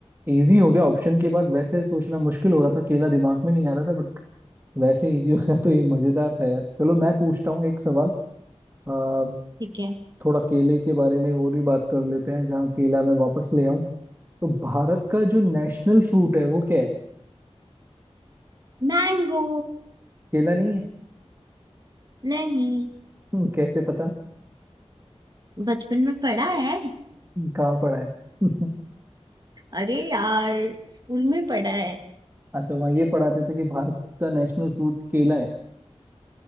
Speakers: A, on the right; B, on the right.
A: इजी हो गया ऑप्शन के बाद वैसे सोचना मुश्किल हो रहा था केला दिमाग में नहीं आ रहा था बट वैसे इजी होगा तो ये मजेदार था यार चलो मैं पूछता हूँ एक सवाल आ,
B: ठीक है
A: थोड़ा केले के बारे में और भी बात कर लेते हैं जहाँ केला मैं वापस ले आऊं तो भारत का जो नेशनल फ्रूट है वो क्या है
B: मैंगो
A: केला नहीं है
B: नहीं
A: हम्म, कैसे पता <laughs>
B: बचपन में पढ़ा है
A: कहाँ पढ़ा है <laughs>
B: अरे यार स्कूल में पढ़ा है
A: अच्छा वहाँ ये पढ़ाते थे कि भारत का नेशनल फ्रूट केला है